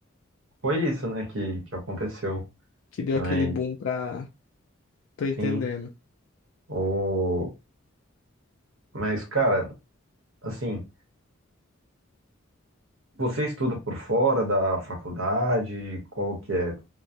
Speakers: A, on the right; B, on the left.
A: foi isso, né, que, que aconteceu.
B: Que deu
A: Mas
B: aquele boom para. Tô entendendo.
A: sim, o... mas cara, assim, você estuda por fora da faculdade, como que é?